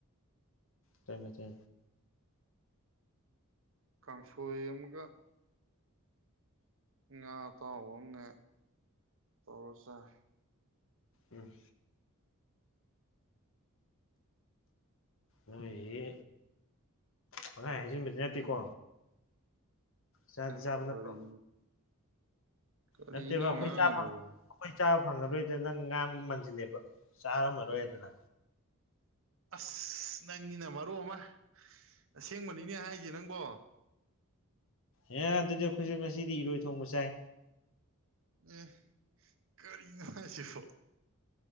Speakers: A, on the left; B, on the right.
A: ꯇꯣꯏ ꯃꯆ
B: ꯀꯥꯡꯁꯣ ꯑꯃꯒ ꯉꯥ ꯑꯇꯥꯎꯕ ꯑꯃꯒ ꯇꯧꯔ ꯆꯥꯏ
A: ꯎꯝ ꯅꯣꯏꯁꯤ ꯄꯪꯍꯥꯏ ꯍꯥꯏꯖꯤꯟꯕꯗꯤ ꯅꯠꯇꯦꯀꯣ ꯆꯥꯗꯤ
B: ꯑ
A: ꯆꯥꯕ
B: ꯀꯔꯤ
A: ꯅꯠꯇ꯭ꯔꯣ
B: ꯀꯔꯤꯅ
A: ꯅꯠꯇꯦꯕ ꯑꯩꯈꯣꯏ
B: ꯉꯥꯡꯉꯤꯗꯨꯕꯣ
A: ꯆꯥ ꯐꯪ ꯑꯩꯈꯣꯏ ꯆꯥꯕ ꯐꯪꯉꯔꯣꯏꯗ ꯅꯪ ꯉꯥꯡꯕ ꯃꯟꯁꯤꯜꯂꯦꯕ ꯆꯥꯔꯝꯃꯔꯣꯏꯗꯅ
B: ꯑꯁ ꯅꯪꯒꯤꯅ ꯃꯔꯨꯞ ꯑꯃ ꯑꯁꯦꯡꯕꯅꯤꯅꯦ ꯍꯥꯏꯁꯦ ꯅꯪꯕꯣ
A: ꯑꯦꯦ ꯑꯗꯨꯗꯤ ꯑꯩꯈꯣꯏꯁꯨꯛ ꯉꯁꯤꯗꯤ ꯏꯔꯣꯏ ꯊꯣꯡꯕ ꯆꯥꯏ
B: ꯑꯦ ꯀꯔꯤꯅꯣ ꯍꯥꯏꯁꯤꯕꯣ